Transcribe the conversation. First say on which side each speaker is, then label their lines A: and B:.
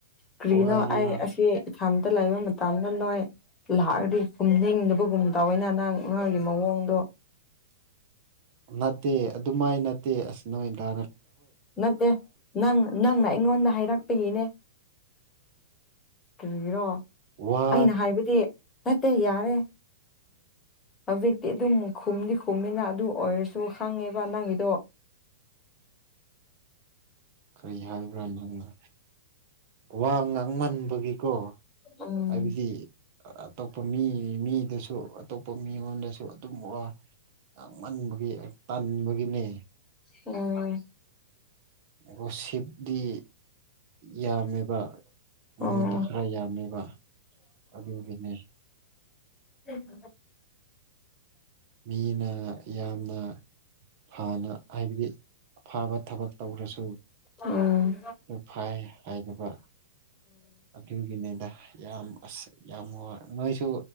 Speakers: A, on the left; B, on the right.
A: ꯀ꯭ꯔꯤꯅꯣ
B: ꯋꯥ
A: ꯑꯩ
B: ꯌꯥꯝ
A: ꯑꯁꯤ ꯏꯊꯟꯇ ꯂꯩꯕ ꯃꯇꯝꯗ ꯅꯣꯏ ꯂꯥꯛꯑꯗꯤ ꯐꯨꯝꯅꯤꯡꯗꯕꯒꯨꯝ ꯇꯧꯋꯦꯅ ꯅꯪ ꯃꯥꯒꯤ ꯃꯑꯣꯡꯗꯣ
B: ꯅꯠꯇꯦ ꯑꯗꯨꯃꯥꯏ ꯅꯠꯇꯦ ꯑꯁ ꯅꯣꯢ ꯗ
A: ꯅꯠꯇꯦ ꯅꯪ ꯅꯪꯅ ꯑꯩꯉꯣꯟꯗ ꯍꯥꯏꯔꯛꯄꯒꯤꯅꯦ ꯀꯔꯤꯔꯣ
B: ꯋꯥ
A: ꯑꯩꯅ ꯍꯥꯏꯕꯗꯤ ꯅꯠꯇꯦ ꯌꯥꯔꯦ ꯍꯧꯖꯤꯛꯇꯤ ꯑꯗꯨꯝ ꯈꯨꯝꯗꯤ ꯈꯨꯝꯃꯤꯅ ꯑꯗꯨ ꯑꯣꯏꯔꯁꯨ ꯈꯪꯉꯦꯕ ꯅꯪꯒꯤꯗꯣ
B: ꯀꯔꯤ ꯍꯥꯏꯕ꯭ꯔꯥꯅꯦ ꯅꯪꯅ ꯋꯥ ꯉꯥꯡꯃꯟꯕꯒꯤ ꯀꯣ
A: ꯎꯝ
B: ꯍꯥꯏꯕꯗꯤ ꯑꯇꯣꯞꯄ ꯃꯤ ꯃꯤꯗꯁꯨ ꯑꯇꯣꯞꯄ ꯃꯤꯉꯣꯟꯗꯁꯨ ꯑꯗꯨꯝ ꯋꯥ ꯉꯥꯡꯃꯥꯟꯕꯒꯤ ꯇꯟꯕꯒꯤꯅꯦ
A: ꯑꯝ
B: ꯔꯁꯤꯞꯗꯤ <inaudible> ꯌꯥꯝꯃꯤꯕ ꯃꯉꯣꯟꯗ
A: ꯎꯝ
B: ꯈꯔ ꯌꯥꯝꯃꯤꯕ ꯑꯗꯨꯒꯤꯅꯤ
A: ꯎꯝ <unintelligible>
B: ꯃꯤꯅ ꯌꯥꯝꯅ ꯐꯅ ꯍꯥꯏꯕꯗꯤ ꯑꯐꯥꯕ ꯊꯕꯛ ꯇꯧꯔꯁꯨ
A: ꯎꯝ
B: ꯑꯗꯨ ꯐꯩ ꯍꯥꯏꯗꯕ ꯑꯗꯨꯒꯤꯅꯤꯗ ꯌꯥꯝ ꯑꯁ ꯌꯥꯝ ꯋꯥꯏ ꯅꯣꯏꯁꯨ